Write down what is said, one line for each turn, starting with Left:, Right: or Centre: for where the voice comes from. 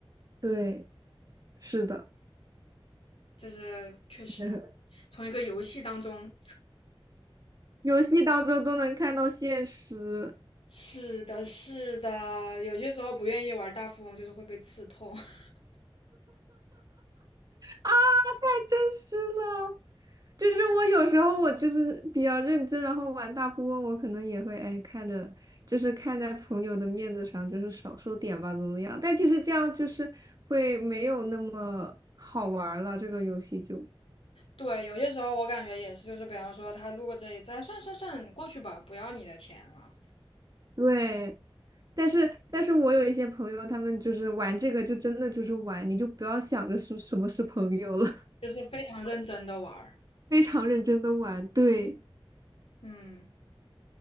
Right: 对，是的。
Left: 就是确实啊，
Right: <laughs>
Left: 从一个游戏当中，
Right: 游戏当中都能看到现实
Left: 是的，是的，有些时候不愿意玩大富翁，就是会被刺痛。<laughs>
Right: 啊，太真实了。就是我有时候我就是比较认真，然后玩大富翁，我可能也会哎看着，就是看在朋友的面子上，就是少收点吧，怎么样？但其实这样就是会没有那么好玩儿了，这个游戏就
Left: 对，有些时候我感觉也是，就是比方说他路过这一次，哎，算算算，过去吧，不要你的钱了，
Right: 对。但是但是我有一些朋友，他们就是玩这个就真的就是玩，你就不要想着是什么是朋友了，
Left: 就是非常认真的玩儿。
Right: <laughs> 非常认真的玩，对。
Left: 嗯，